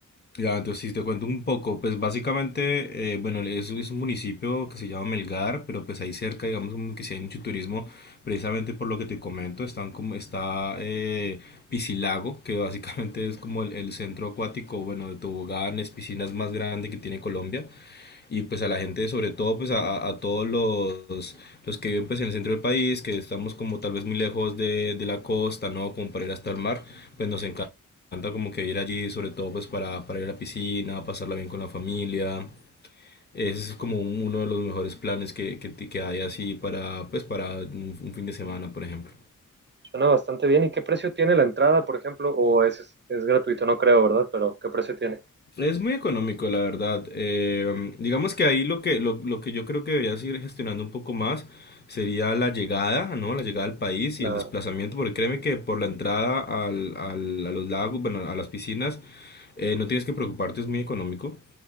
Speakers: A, on the left; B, on the right.
A: Ya, entonces si te cuento un poco, pues básicamente, eh, bueno, es, es un municipio que se llama Melgar, pero pues ahí cerca, digamos, como que si hay mucho turismo, precisamente por lo que te comento, están como, está eh, Piscilago, que básicamente es como el, el centro acuático, bueno, de toboganes, piscinas más grande que tiene Colombia y pues a la gente, sobre todo pues a, a todos los, los, que viven pues en el centro del país, que estamos como tal vez muy lejos de, de la costa, ¿no? Como para ir hasta el mar, pues nos encanta como que ir allí, sobre todo pues para, para ir a la piscina, pasarla bien con la familia. Es como un, uno de los mejores planes que, que, que hay así para, pues, para un, un fin de semana, por ejemplo.
B: Suena bastante bien. ¿Y qué precio tiene la entrada, por ejemplo? ¿O es, es gratuito? No creo, ¿verdad? Pero ¿qué precio tiene?
A: Es muy económico, la verdad. Eh, digamos que ahí lo que, lo, lo que yo creo que debería seguir gestionando un poco más sería la llegada, ¿no? La llegada al país
B: La...
A: y el desplazamiento, porque créeme que por la entrada al, al- a los lagos, bueno, a las piscinas, eh, no tienes que preocuparte, es muy económico.